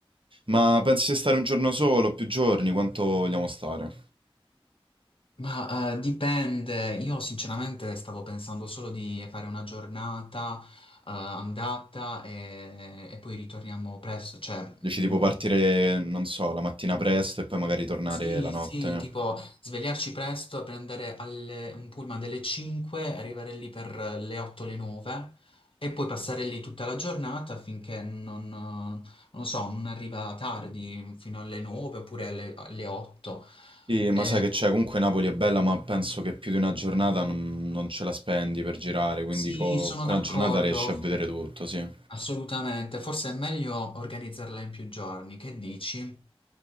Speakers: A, on the right; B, on the left.
A: Ma pensi di stare un giorno solo, più giorni? Quanto vogliamo stare?
B: Ma eh, dipende, io sinceramente stavo pensando solo di fare una giornata eh, andata e, e poi ritorniamo presto, cioè
A: Dici
B: mm,
A: tipo partire, non so, la mattina presto e poi magari tornare
B: sì,
A: la notte.
B: sì, tipo svegliarci presto e prendere alle- un pullman delle 5, arrivare lì per le 8, le 9 e poi passare lì tutta la giornata finché non, non lo so, non arriva tardi fino alle 9 oppure alle, alle 8.
A: Sì, ma
B: Eh,
A: sai che c'è, comunque Napoli è bella, ma penso che più di una giornata non, non ce la spendi per girare, quindi
B: sì,
A: co-
B: sono
A: con
B: d'accordo.
A: una giornata riesci a vedere tutto, sì.
B: Assolutamente, forse è meglio organizzarla in più giorni, che dici?